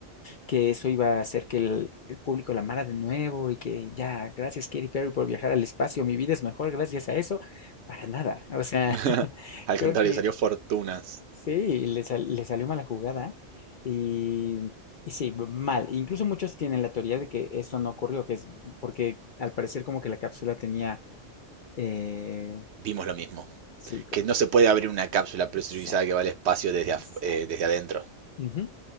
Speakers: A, on the left; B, on the right.
A: que eso iba a hacer que el, el público la amara de nuevo y que ya, gracias Katy Perry por viajar al espacio, mi vida es mejor gracias a eso. Para nada. O sea,
B: <laughs>
A: <laughs>
B: Al
A: creo
B: contrario,
A: que
B: salió Fortunas.
A: sí, le, sal- le salió mala jugada y, y sí, b- mal. Incluso muchos tienen la teoría de que esto no ocurrió, que es porque al parecer como que la cápsula tenía... eh,
B: Vimos lo mismo.
A: Sí, como,
B: Que no se puede abrir una cápsula presurizada
A: exacto,
B: que va al espacio desde, afu-
A: exacto.
B: eh, desde adentro.
A: Ujú.